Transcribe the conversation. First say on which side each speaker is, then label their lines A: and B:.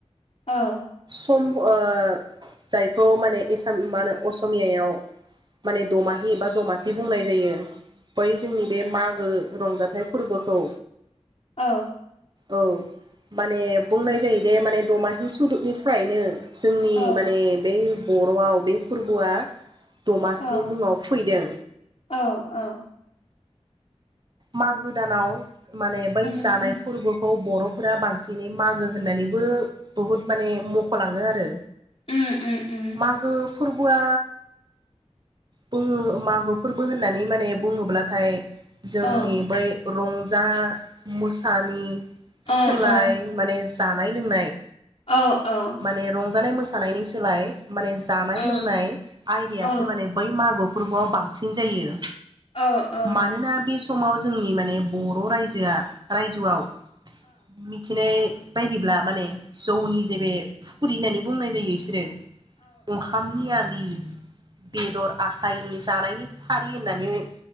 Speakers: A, on the left (about 50°); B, on the right (about 40°).
A: औ
B: सम ओ जायखौ माने एसाम माहोनो असमियायाव माने दमाहि बा दमासि बुंनाय जायो बै जोंनि बे मागो रंजाथाइ फोरबोखौ
A: अ
B: औ माने बुंनाय जायो दे माने दमाहि सुदबनि फ्रायनो जोंनि
A: औ
B: माने बै बर'आव बे फोरबुआ दमासि
A: औ
B: मुङाव फैदों।
A: औ औ
B: मागो दानाव माने बै
A: उम
B: जानाय
A: उम
B: फोरबोखौ बर' फोरा बांसिनै मागो होननानैबो बुहुद माने मख'लाङो आरो
A: उम उम उम
B: मागो फोरबुआ बुङो मागो फोरबो होननानै माने बुङोब्लाथाय जोंनि
A: औ
B: बै रंजा मोसानि
A: अ
B: सोलाय
A: अ
B: माने जानाय लोंनाय
A: औ औ
B: माने मोसानायनि सोलाय माने जानाय
A: औ
B: लोंनाय आयदयासो
A: औ
B: माने बै मागो फोरबोआव बांसिन जायो
A: औ ओ।
B: मानोना बे समाव जोंनि माने बर' रायजोआ रायजोआव <inaudible> मिथिनाय बायदिब्ला माने जौनि जे बे फुखुर्रि होननानै बुंनाय जायो बिसोरो ओंखामनि आलि बेदर आखायनि जानायनि फारि होननानै